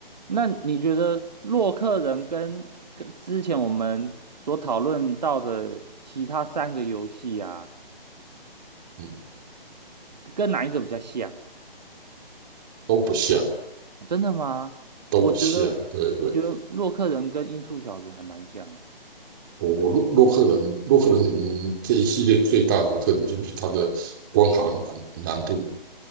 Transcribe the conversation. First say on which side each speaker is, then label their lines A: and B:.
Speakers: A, on the right; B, on the right.
A: 那你觉得《洛克人》跟跟之前我们所讨论到的其他三个游戏啊，
B: 嗯，
A: 跟哪一个比较像？
B: 都不像，
A: 真的吗？
B: 都不像，
A: 我觉得，
B: 对对。
A: 我觉得《洛克人》跟《音速小子》还蛮像。
B: 我我洛洛克人洛克人嗯这一系列最大的特点就是它的关卡难难度，